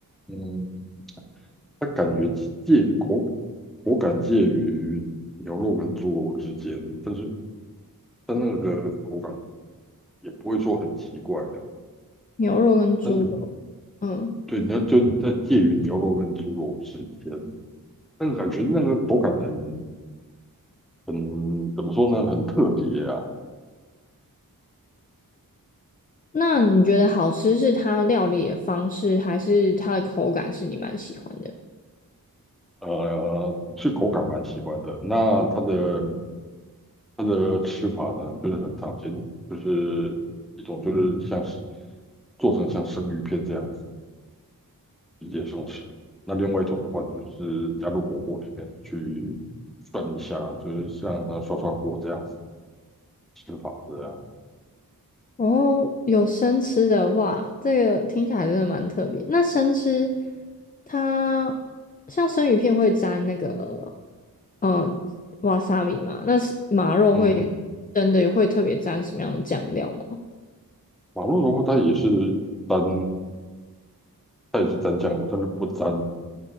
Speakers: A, in the centre; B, on the left (about 25°).
A: 嗯，它感觉介口口感介于牛肉跟猪肉之间，但是但那个口感也不会说很奇怪呀，
B: 牛肉跟猪肉，
A: 但是
B: 嗯。
A: 对，那就在介于牛肉跟猪肉之间，那个感觉，那个口感很很怎么说呢？很特别啊，
B: 那你觉得好吃是它料理的方式，还是它的口感是你蛮喜欢的？
A: 呃，是口感蛮喜欢的。那它的它的吃法呢，就是很常见，就是一种就是像是做成像生鱼片这样子直接生吃，那另外一种的话就是加入火锅里面去涮一下，就是像呃涮涮锅这样子吃法这样。
B: 哦，有生吃的哇，这个听起来真的蛮特别。那生吃它像生鱼片会沾那个嗯瓦萨比嘛？那是马肉会
A: 嗯嗯。
B: 真的会特别沾什么样的酱料吗？
A: 马肉的话，它也是沾，它也是沾酱油，但是不沾